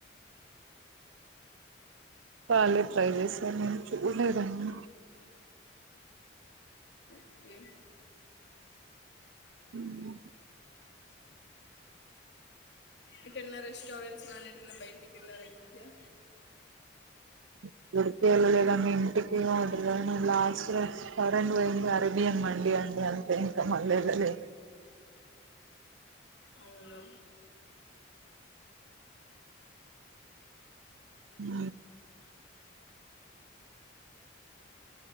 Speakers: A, on the right; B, on the left.
A: వాళ్ళే ట్రై చేసారు నేను చూడలేదండి
B: ఓకే
A: ఉ
B: ఎటన్న రెస్టారెంట్స్ గానీ ఎటన్న బయటికెళ్లారా ఈ మధ్య
A: ఎక్కడికి వెళ్ళలేదండి ఇంటి దగ్గరే ఉంటున్నాను లాస్ట్ రెస్టారెంట్ పోయింది అరేబియన్ మండి అండి అంతే ఇంకా మళ్ళీ వెళ్లలేదు
B: అవునా
A: ఉ